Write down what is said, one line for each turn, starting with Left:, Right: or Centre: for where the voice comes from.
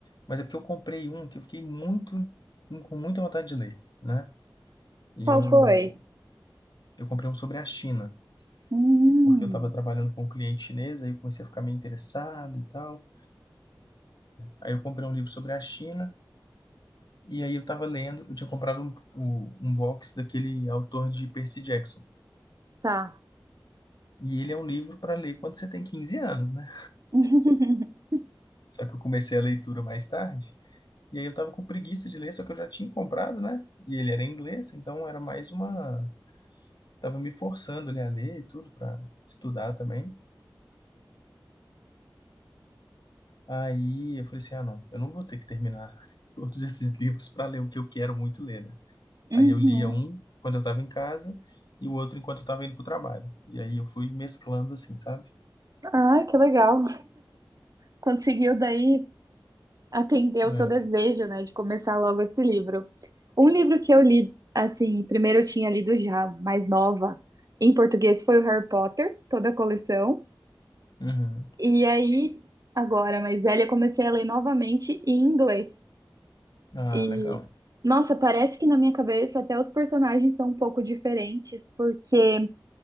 Left: Mas é porque eu comprei um que eu fiquei muito, com muita vontade de ler, né? E
Right: Qual
Left: eu,
Right: foi?
Left: eu comprei um sobre a China,
Right: Hum,
Left: porque eu estava trabalhando com um cliente chinês, aí eu comecei a ficar meio interessado e tal. Aí eu comprei um livro sobre a China, e aí eu estava lendo, eu tinha comprado um, o- um box daquele autor de Percy Jackson.
Right: tá.
Left: E ele é um livro para ler quando você tem 15 anos, né?
Right: <laughs>
Left: Só que eu comecei a leitura mais tarde, E aí eu tava com preguiça de ler, só que eu já tinha comprado, né? E ele era em inglês, então era mais uma. Tava me forçando ali a ler e tudo pra estudar também. Aí eu falei assim: ah, não, eu não vou ter que terminar <laughs> todos esses livros pra ler o que eu quero muito ler, né?
Right: Uhum.
Left: Aí eu lia um quando eu tava em casa e o outro enquanto eu tava indo pro trabalho. E aí eu fui mesclando assim, sabe?
Right: Ai, que legal. Conseguiu daí atender
Left: É.
Right: o seu desejo, né, de começar logo esse livro. Um livro que eu li, assim, primeiro eu tinha lido já, mais nova, em português, foi o Harry Potter, toda a coleção.
Left: Uhum.
Right: E aí, agora mais velha, eu comecei a ler novamente em inglês.
Left: Ah,
Right: E,
Left: legal.
Right: nossa, parece que na minha cabeça até os personagens são um pouco diferentes, porque